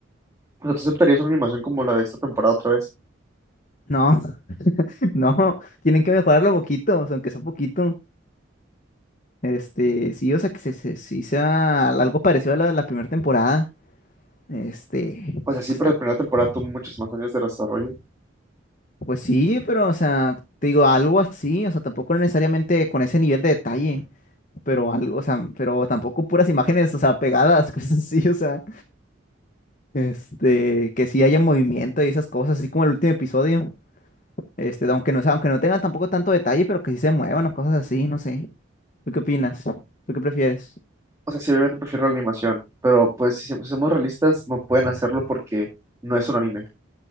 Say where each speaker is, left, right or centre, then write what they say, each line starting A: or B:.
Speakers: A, on the right; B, on the left.
A: O sea, ¿tú aceptarías una animación como la de esta temporada otra vez?
B: No, <laughs> no, tienen que mejorarlo poquito, o sea, aunque sea poquito. Este, sí, o sea, que se, se- sí sea algo parecido a la de la primera temporada. Este,
A: O sea, sí,
B: o
A: pero
B: sea,
A: la primera temporada tuvo muchos más años de desarrollo.
B: Pues sí, pero, o sea, te digo, algo así, o sea, tampoco necesariamente con ese nivel de detalle, pero algo, o sea, pero tampoco puras imágenes, o sea, pegadas, <laughs> cosas así, o sea, este, que sí haya movimiento y esas cosas, así como el último episodio, este, aunque no, o sea, aunque no tengan tampoco tanto detalle, pero que sí se muevan o cosas así, no sé. ¿Tú qué opinas? ¿Tú qué prefieres?
A: O sea, sí, obviamente prefiero la animación, pero pues si si somos realistas, no pueden hacerlo porque no es un anime.